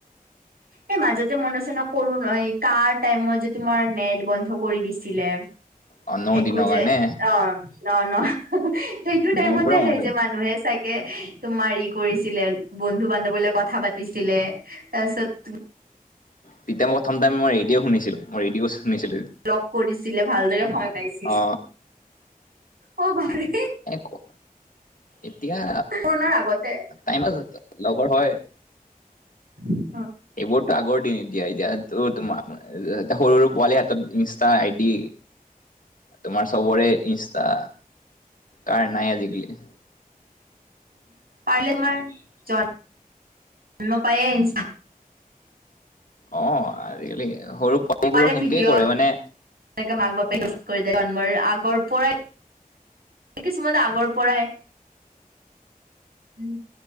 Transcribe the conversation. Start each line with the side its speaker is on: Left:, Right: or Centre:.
Right: এই মাজতে মনত আছে ন কৰো ন কাৰ টাইমত যে তোমাৰ নেট বন্ধ কৰি দিছিলে।
Left: অ ন
Right: একো
Left: দিনৰ
Right: যে
Left: কাৰণে
Right: অ ন ন সেইটো টাইমতে
Left: মোৰ পুৰা
Right: হে
Left: মনত
Right: যে মানুহে চাগে তোমাৰ ই কৰিছিলে বন্ধু বান্ধবলৈ কথা পাতিছিলে তাৰপিছত
Left: তেতিয়া মই প্ৰথম টাইম মই ৰেডিঅ' শুনিছিলো মই ৰেডিঅ' শুনিছিলো
Right: লগ কৰিছিলে ভালদৰে সময় পাইছিল
Left: অ
Right: অ বাপ ৰে
Left: ক এতিয়া
Right: পূৰ্ণৰ আগতে
Left: টাইমত লগৰ হয়
Right: <unintelligible>
Left: এইবোৰত আগৰ দিন এতিয়া এতিয়া তো তোমাৰ এ সৰু সৰু পোৱালি হাতত ইনষ্টা আইডি তোমাৰ চবৰে ইনষ্টা কাৰ নাই আজিকালি
Right: পাৰিলে তোমাৰ জন মই পাইয়ে আহিছো
Left: অ আজিকালি সৰু পোৱালীবোৰক
Right: পোৱাৰে
Left: সেনেকেই
Right: ভিডিঅ'
Left: কৰে মানে
Right: এনেকে মাক বাপেক কৰি জন্মৰ আগৰ পৰাই কিছুমানে আগৰ পৰাই উ